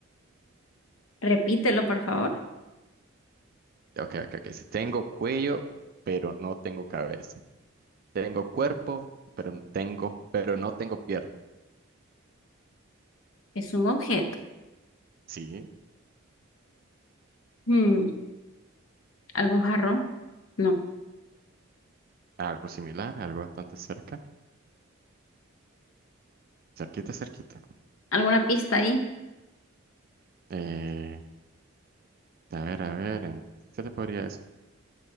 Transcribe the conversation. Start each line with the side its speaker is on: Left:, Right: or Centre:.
Left: repítelo, por favor.
Right: Ok, ok, ok. Dice, tengo cuello, pero no tengo cabeza. Tengo cuerpo, pero no tengo, pero no tengo piernas.
Left: Es un objeto.
Right: Sí,
Left: Mm, ¿algún jarrón? No.
Right: algo similar, algo bastante cerca. Cerquita, cerquita.
Left: ¿Alguna pista ahí?
Right: Eh, A ver, a ver, en- ¿qué te podría decir?